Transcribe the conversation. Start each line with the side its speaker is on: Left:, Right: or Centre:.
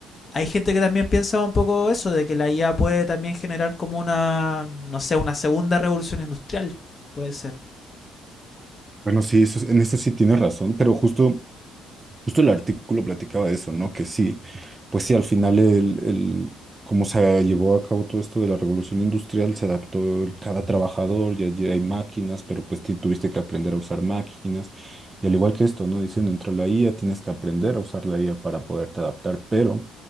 Left: hay gente que también piensa un poco eso, de que la IA puede también generar como una, no sé, una segunda revolución industrial, puede ser.
Right: Bueno, sí, eso, en eso sí tiene razón, pero justo Justo el artículo platicaba de eso, ¿no? Que sí, pues sí, al final el, el- cómo se llevó a cabo todo esto de la revolución industrial, se adaptó el- cada trabajador, ya, ya hay máquinas, pero pues ti- tuviste que aprender a usar máquinas. Y al igual que esto, ¿no? Dicen, entra la IA, tienes que aprender a usar la IA para poderte adaptar, pero